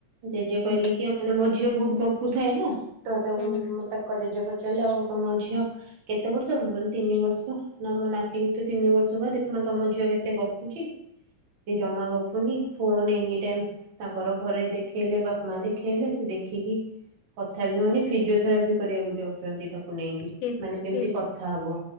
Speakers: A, on the right (about 55°); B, on the left (about 85°).
A: ଜେଜେ କହିଲେ
B: ହୁଁ
A: କି ମାନେ ମୋ ଝିଅ ବହୁତୁ ଗପୁ ଥାଏ ନା। ତ ତାଙ୍କ
B: ହୁଁ ହୁଁ
A: ଜେଜେ କହିଛ ତାହେଲେ ଆଉ ତମ ଝିଅ କେତେ ବର୍ଷର ମୁଁ କହିଲି ତିନି ବର୍ଷ। ନା ମୋ ନାତିକୁ ତ ତିନି ବର୍ଷ ବା ଦେଖୁନା ତମ ଝିଅ କେତେ ଗପୁଛି। ସେ ଜମା ଗପୁନି ଫୋନ ଏନି ଟାଇମ୍ ତାଙ୍କର ଘରେ ଦେଖେଇଲେ ବାପା ମା ଦେଖେଇଲେ ସେ ଦେଖିକି। କଥା ବି ହଉନି ଫିଜୋଥୋରୋ ପି କରିବାକୁ ଯାଉଛନ୍ତି ଯ। ନେଇକି।
B: ସ୍ପିଚ୍
A: ମାନେ
B: ସ୍ପିଚ୍
A: ଯେମିତି କଥା ହବ।